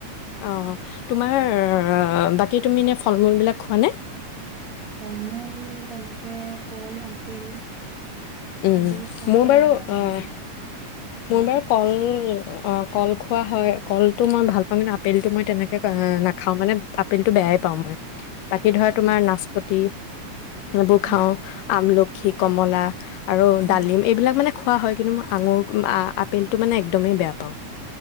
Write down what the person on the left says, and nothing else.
অঁ তোমাৰ- বাকী তুমিনে ফল মূলবিলাক খোৱানে?
উম-
মোৰ
বাৰু
অ-
মোৰ বাৰু কল অ- অ- কল খোৱা হয় কলটো মই ভাল পাওঁ, কিন্তু আপেলটো মই তেনেকে নাখাওঁ মানে আপেলটো বেয়াই পাওঁ মই। বাকি ধৰা তোমাৰ
নাচপতি এইবোৰ
খাওঁ আমলখি,
কমলা আৰু
ডালিম এইবিলাক মানে খোৱা হয় কিন্তু মই আঙুৰ- আ- আপেলটো মানে একদমেই বেয়া পাওঁ।